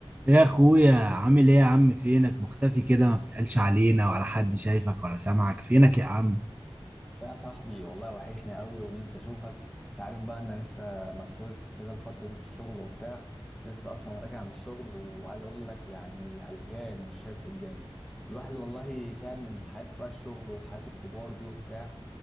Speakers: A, on the right (about 15°); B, in the centre.
A: يا اخويا عامل ايه يا عم فينك مختفي كده ما بتسألش علينا ولا حد شايفك ولا سامعك فينك يا عم
B: يا صاحبي والله وحشني قوي ونفسي اشوفك تعرف بقى انا لسه مسحول كده الفتره دي في الشغل وبتاع لسه اصلا راجع من الشغل وعايز اقول لك يعني هلكان مش شايف قدامي الواحد والله تعب من حياته بقى الشغل وحياة الكبار دي وبتاع